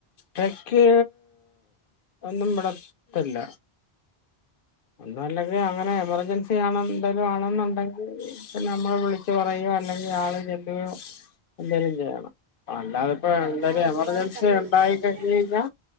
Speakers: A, on the left; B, on the right.
A: ക്ക് ഒന്നും വിളത്തില്ല എന്ന അല്ലങ്ക അങ്ങനെ എമർജൻസി ആണ എന്തേിലും ആണെന്നുണ്ടെങ്കിൽ നമ്മള് വിളിച്ചച്ച് പറയയോ അല്ലെങ്കിൽ ആയാള് ചെല്ലുകയോ എന്തേങ്കലും ചെയ്യണം അല്ലാതെ
B: വിളിച്ചു
A: ഇപ്പോൊ
B: പറഞ്ഞാ
A: എന്തായാലും എമർജൻസി
B: പിള്ളേരെ തന്നെ
A: ഉണ്ടായി
B: വിടുവോ അങ്ങനെ
A: കഴിഞ്ഞ കഴിഞ്ഞാ